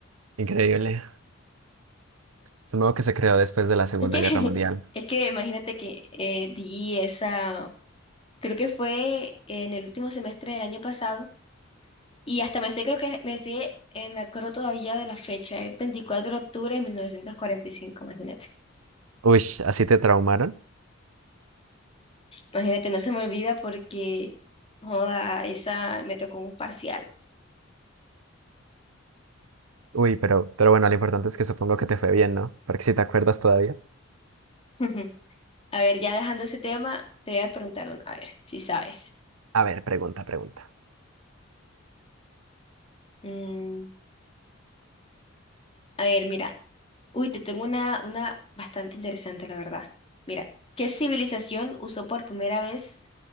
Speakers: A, on the right (about 85°); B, on the left (about 25°).
A: increíble. Supongo que se creó después de la Segunda
B: Es que, <laughs>
A: Guerra Mundial.
B: es que imagínate que eh, di esa, creo que fue en el último semestre del año pasado y hasta me sé, creo que me sé, eh, me acuerdo todavía de la fecha, es 24 de octubre de 1945, imagínate.
A: Uy, ¿así te traumaron?
B: Imagínate, no se me olvida porque, joda, esa me tocó un parcial.
A: Uy, pero, pero bueno, lo importante es que supongo que te fue bien, ¿no? Porque si te acuerdas todavía.
B: <laughs> A ver, ya dejando ese tema, te voy a preguntar una, a ver, si sabes.
A: A ver, pregunta, pregunta.
B: Mm, a ver, mira, uy, te tengo una, una bastante interesante, la verdad. Mira, ¿qué civilización usó por primera vez